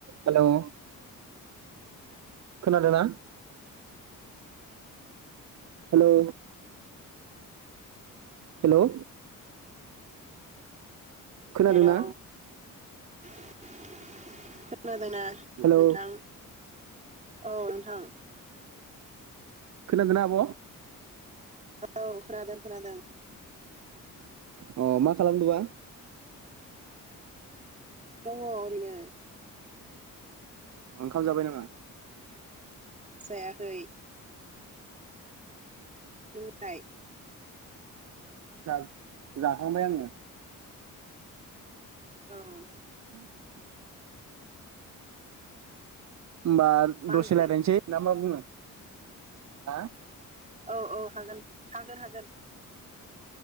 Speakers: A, on the right (about 55°); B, on the right (about 20°).
A: Hello खोनादों ना hello hello खोनादोंना
B: hello खोनादों खोनादों नाह
A: हेलौ
B: नोंथां औ नोंथां
A: खोनादोना आब
B: औ खोनादों खोनादों
A: अ मा खालामदोबा
B: दङ ओरैनो
A: ओंखाम जाबाय नामा
B: जायाखै नोंलाय
A: जा जाखांबाय आङो
B: औ
A: <inaudible> ओमबा
B: मा
A: दसे
B: ओंख्रि
A: लायरायनोसै ना मा बुङो हा
B: औ औ हागोन हागोन हागोन